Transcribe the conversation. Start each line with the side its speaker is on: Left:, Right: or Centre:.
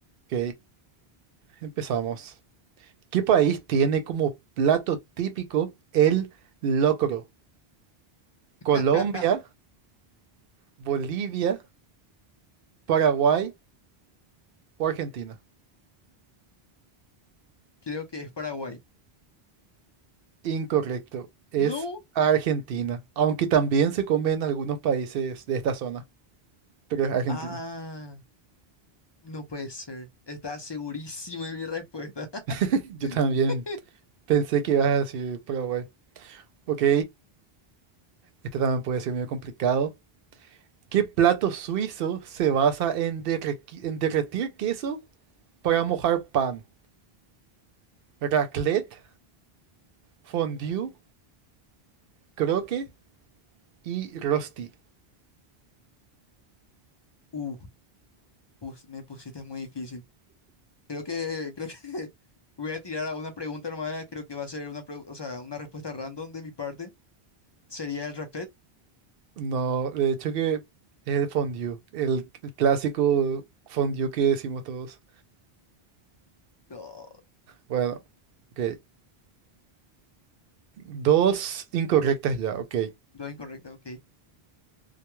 Right: Ok, empezamos. ¿Qué país tiene como plato típico el locro? ¿Colombia,
Left: <laughs>
Right: Bolivia, Paraguay o Argentina?
Left: Creo que es Paraguay.
Right: Incorrecto, es
Left: No.
Right: Argentina, aunque también se come en algunos países de esta zona, pero es Argentina.
Left: Ah. No puede ser. Estaba segurísimo de mi respuesta.
Right: <laughs> Yo
Left: <laughs>
Right: también pensé que ibas a decir Paraguay. Ok, este también puede ser medio complicado. ¿Qué plato suizo se basa en, derrequi- en derretir queso para mojar pan? Raclette, fondue, croque y rosti.
Left: Uh, pus- me pusiste muy difícil. Creo que, creo que <laughs> voy a tirar a una pregunta nomás. Creo que va a ser una, pregu- o sea, una respuesta random de mi parte. ¿Sería el raclette?
Right: No, de hecho que es el fondue, el, el clásico fondue que decimos todos.
Left: No,
Right: Bueno, ok. Dos incorrectas ya, ok.
Left: dos incorrecta, ok.